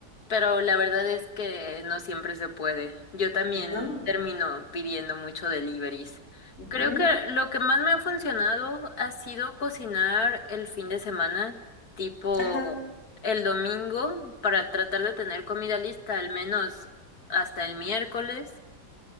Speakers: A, on the left (about 60°); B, on the left (about 40°).
A: pero la verdad es que no siempre se puede. Yo también
B: No.
A: termino pidiendo mucho deliveries.
B: Ujú.
A: Creo que lo que más me ha funcionado ha sido cocinar el fin de semana, tipo
B: Ajá.
A: el domingo, para tratar de tener comida lista al menos hasta el miércoles.